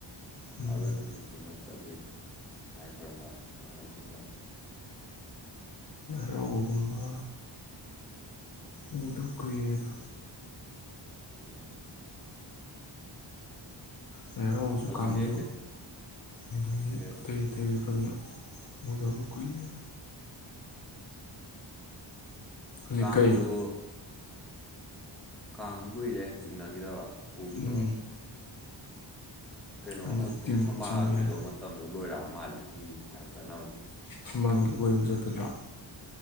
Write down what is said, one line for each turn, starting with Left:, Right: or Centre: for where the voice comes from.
Left: ꯎꯝ
Centre: ꯑꯔꯣꯏꯕ ꯅꯨꯃꯤꯠꯇꯨ ꯆꯠꯂꯨꯏ ꯂꯥꯏ ꯈꯣꯏꯔꯝꯕ ꯏꯃꯥꯟꯅꯕꯁꯤꯡꯒ
Left: ꯍꯔꯥꯎꯕꯒꯨꯝꯕ ꯎꯗꯕ ꯀꯨꯏꯔꯦꯗꯥ
Centre: ꯎꯝ
Left: ꯂꯩꯔꯥꯎꯕꯁꯨ
Centre: ꯍꯧꯖꯤꯛꯁꯦ
Left: ꯀꯥꯡꯁꯨ ꯑꯗꯒꯤ
Centre: ꯀꯩꯕ
Left: ꯑꯇꯩ ꯑꯇꯩꯁꯨ ꯐꯖꯅ ꯎꯗꯕꯥ ꯀꯨꯏꯔꯦꯗ꯫ ꯍꯧꯖꯤꯛ
Centre: ꯀꯥꯡꯁꯨ
Left: ꯀꯩꯕ
Centre: ꯀꯥꯡꯁꯨ ꯀꯨꯏꯔꯦ ꯆꯤꯡꯅꯈꯤꯗꯕ ꯎꯈꯤꯗꯕ
Left: ꯎꯝ
Centre: ꯀꯩꯅꯣ
Left: ꯍꯟꯗꯛ
Centre: ꯍꯧꯖꯤꯛꯁꯦ
Left: ꯇꯤꯝ
Centre: ꯊꯝꯕꯥꯜꯒꯤꯗꯣ
Left: ꯆꯤꯡꯒꯦ ꯍꯥꯏꯔ
Centre: ꯃꯇꯝꯗꯣ ꯂꯣꯏꯔꯛꯑ ꯃꯥꯜꯂꯦ ꯃꯤ ꯃꯌꯥꯝ ꯆꯠꯅꯕꯗꯣ꯫
Left: ꯊꯝꯕꯥꯜꯒꯤ ꯀꯣꯏꯕ ꯆꯠꯄꯗꯔ꯭